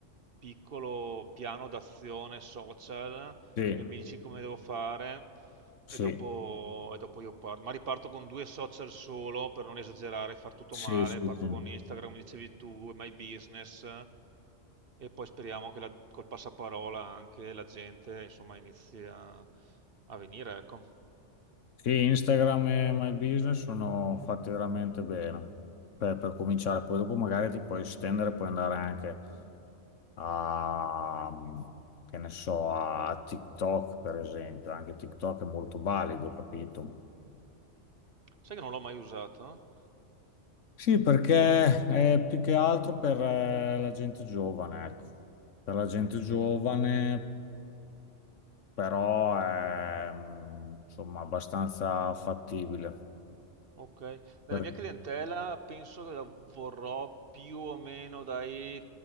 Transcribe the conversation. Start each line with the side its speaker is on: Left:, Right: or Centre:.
Right: piccolo piano d'azione social
Left: sì,
Right: e mi dici come devo fare. e
Left: sì,
Right: dopo, e dopo io parto. Ma riparto con due social solo per non esagerare, far tutto
Left: sì,
Right: male.
Left: sì,
Right: Parto
Left: sì.
Right: con Instagram, come dicevi tu, e My Business e poi speriamo che la- col passaparola anche la gente insomma inizi a, a venire, ecco.
Left: Sì, Instagram e My Business sono fatti veramente bene per, per cominciare, poi dopo magari ti puoi estendere, puoi andare anche. a, che ne so, a TikTok, per esempio. Anche TikTok è molto valido, capito?
Right: Sai che non l'ho mai usato?
Left: Sì, perché è più che altro per eh, la gente giovane, ecco. Per la gente giovane,
Right: Mm.
Left: però è mm, insomma abbastanza fattibile.
Right: Ok, nella
Left: Per-
Right: mia clientela penso che la vorrò più o meno dai